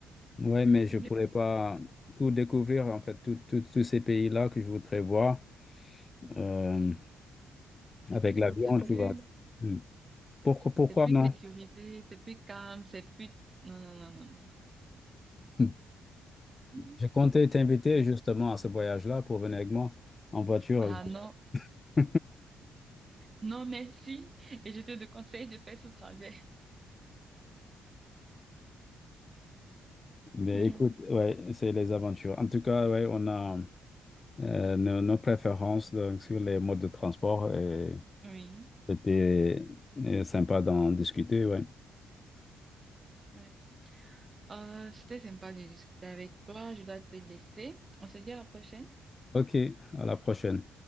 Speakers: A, on the left (about 30°); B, on the right (about 30°).
A: Oui, mais
B: C'est
A: je
B: mieux.
A: pourrais pas tout découvrir, en fait, tout- tout- tous ces pays-là que je voudrais voir euh, avec
B: Non,
A: l'avion,
B: c'est plus,
A: tu vois. Hmm. Pourquoi, pourquoi
B: c'est plus
A: non?
B: sécurisé,
A: <laughs>
B: c'est plus calme, c'est plus. Non, non, non, non, non, non, non.
A: Hmm.
B: Mhm.
A: Je comptais t'inviter
B: C'est-
A: justement à ce voyage-là pour venir avec moi en voiture.
B: Ah non,
A: <laughs>
B: non, merci. Et je te conseille de faire ce trajet.
A: Mais
B: Mm.
A: écoute, ouais, c'est les aventures. En tout cas, ouais, on a euh, nos, nos préférences donc, sur les modes de transport et
B: Oui.
A: c'était euh, sympa d'en discuter, ouais.
B: Ouais. Euh, c'était sympa de discuter avec toi. Je dois te laisser. On se dit à la prochaine.
A: OK, à la prochaine.